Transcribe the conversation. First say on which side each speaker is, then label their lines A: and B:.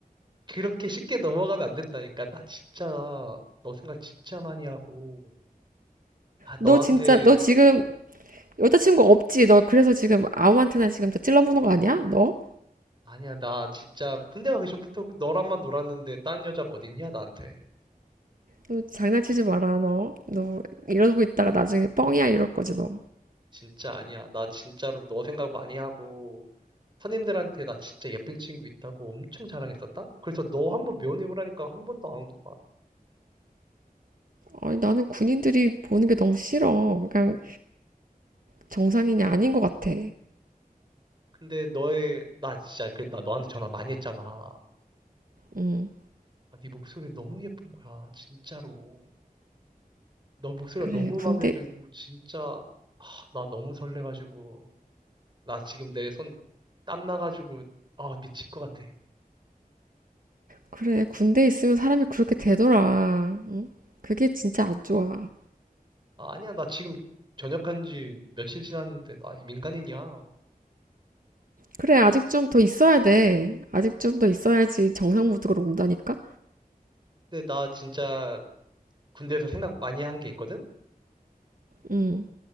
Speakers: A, on the right; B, on the right.
A: 그렇게 쉽게 넘어가면 안 된다니까. 나 진짜, 너 생각 진짜 많이 하고. 아, 너한테,
B: 너 진짜, 너 지금 여자친구 없지? 너 그래서 지금 아무한테나 지금 다 찔러보는 거 아니야? 너?
A: 아니야, 나 진짜, 군대 가기 전부터 너랑만 놀았는데, 딴 여자가 어딨냐, 나한테.
B: 너 장난치지 마라, 너. 너 이러고 있다가 나중에 뻥이야, 이럴 거지, 너.
A: 진짜 아니야. 나 진짜로 너 생각 많이 하고, 선임들한테 나 진짜 예쁜 친구 있다고 엄청 자랑했었다? 그래서 너 한번 면회 오라니까 한 번도 안 오더만.
B: 아니, 나는 군인들이 보는 게 너무 싫어. 그냥 정상인이 아닌 것 같아.
A: 근데 너의, 나 진짜, 그나 너한테 전화 많이 했잖아.
B: 음,
A: 아, 네 목소리 너무 예쁜 거야, 진짜로. 너 목소리가
B: 그래.
A: 너무
B: 군대,
A: 마음에 들고 진짜 아, 나 너무 설레가지고 나 지금 내 손 땀 나가지고 아 미칠 것 같아.
B: 그래, 군대에 있으면 사람이 그렇게 되더라. 응? 그게 진짜 안 좋아.
A: 아, 아니야 나 지금 전역한 지 며칠 지났는데 나 민간인이야.
B: 그래, 아직 좀 더 있어야 돼. 아직 좀 더 있어야지 정상 무드로 온다니까?
A: 근데 나 진짜 군대에서 생각 많이 한 게 있거든?
B: 응,